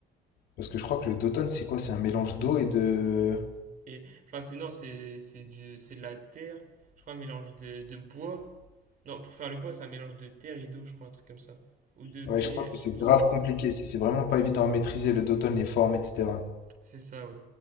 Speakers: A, on the left (about 70°); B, on the right (about 55°).
A: Parce que je crois que le Doton, c'est quoi? C'est un mélange d'eau et de.
B: Et. Enfin, c'est non, c'est c'est du- c'est de la terre. Je crois un mélange de, de bois. Non, pour faire le bois, c'est un mélange de terre et d'eau, je crois, un truc comme ça. Ou de
A: Ouais,
B: pierre,
A: je crois que
B: je
A: c'est
B: sais plus
A: grave
B: c'est quoi.
A: compliqué. C'est c'est vraiment pas évident à maîtriser le Doton, les formes, etc.
B: C'est ça, ouais.